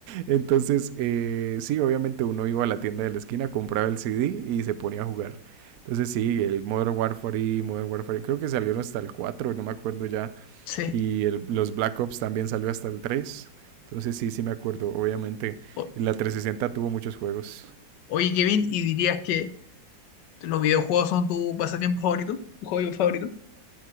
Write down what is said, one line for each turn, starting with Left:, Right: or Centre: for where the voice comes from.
Right: Entonces, eh, sí, obviamente uno iba a la tienda de la esquina, compraba el CD y se ponía a jugar. Entonces, sí, el Modern Warfare y Modern Warfare, creo que salieron hasta el 4, no me acuerdo ya.
Left: sí.
Right: Y el- los Black Ops también salió hasta el 3. Entonces, sí, sí me acuerdo, obviamente.
Left: O-
Right: La 360 tuvo muchos juegos.
Left: oye, Kevin, ¿y dirías que los videojuegos son tu pasatiempo favorito? ¿Tu hobby favorito?